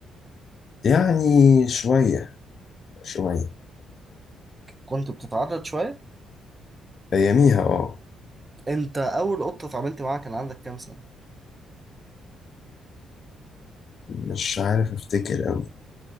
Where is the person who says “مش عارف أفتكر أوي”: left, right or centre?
Left